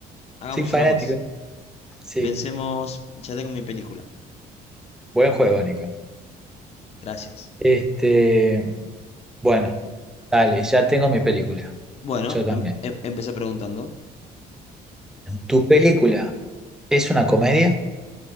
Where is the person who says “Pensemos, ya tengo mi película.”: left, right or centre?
Left